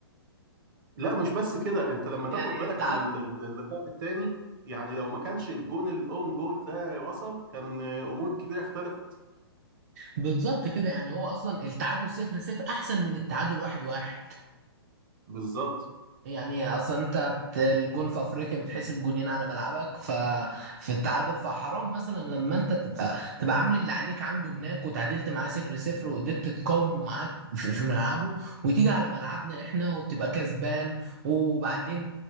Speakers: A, on the right (about 55°); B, on the right (about 40°).
A: لا مش بس كده انت لما تاخد
B: يعني
A: بالك
B: التعادل
A: من ال- ال- اللقاء التاني يعني لو ما كانش الجون الاون جول ده وصل كان آه، امور كتير اختلفت
B: بالظبط كده يعني هو أصلا التعادل صفر صفر أحسن من التعادل واحد واحد
A: بالظبط
B: يعني اصلا انت بت- الجون في افريقيا بتحسب جونين على ملعبك ففي التعادل فحرام مثلا لما انت تبقى تبقى عامل اللي عليك عنده هناك وتعادلت معاه صفر صفر وقدرت تقاومه معاك في في ملعبه وتيجي على ملعبنا احنا وتبقى كسبان وبعدين